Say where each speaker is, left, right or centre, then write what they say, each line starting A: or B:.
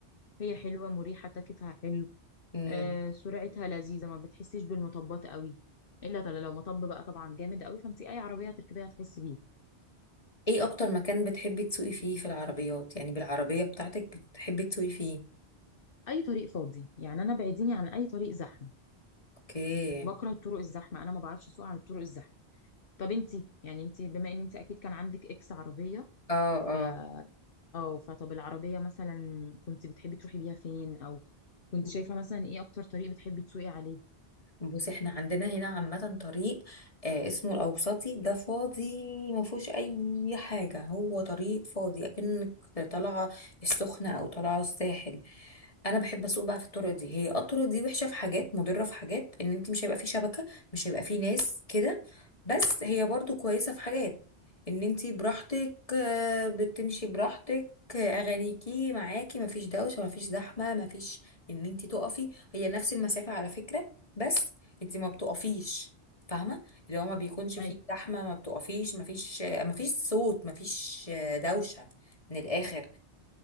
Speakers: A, on the left; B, on the left.
A: هي حلوة مريحة تكتها حلو
B: امم
A: آه، سرعتها لذيذة ما بتحسيش بالمطبات قوي إلا طل- لو مطب بقى طبعا جامد قوي فانت أي عربية هتركبيها هتحسي بيه
B: ايه اكتر مكان بتحبي تسوقي فيه في العربيات يعني بالعربية بتاعتك بتحبي تسوقي فيه
A: أي طريق فاضي يعني أنا بعيديني عن أي طريق زحمة
B: اوكي
A: بكره الطرق الزحمة أنا ما بعرفش أسوق عن الطرق الزحمة طب أنت يعني أنت بما إن أنت أكيد كان عندك إكس عربية
B: اه
A: ف اه فطب العربية مثلا كنت بتحبي تروحي بيها فين أو كنت
B: اه
A: شايفة مثلا إيه أكتر طريق بتحبي تسوقي عليه
B: بص احنا عندنا هنا عامة طريق آه اسمه الأوسطي ده فاضي ما فيهوش أي حاجة هو طريق فاضي أكنك طالعة السخنة أو طالعة الساحل أنا بحب أسوق بقى في الطرق دي هي آه الطرق دي وحشة في حاجات مضرة في حاجات إن أنت مش هيبقى فيه شبكة مش هيبقى فيه ناس كده بس هي برضو كويسة في حاجات إن أنت براحتك آه بتمشي براحتك آه، اغانيكي معاكي مفيش دوشه مفيش زحمه مفيش ان انت تقفي هي نفس المسافه على فكره بس انت ما بتقفيش فاهمه اللي هو ما بيكونش فيه
A: أي
B: زحمه ما بتقفيش ما فيش ما فيش صوت ما فيش دوشه من الاخر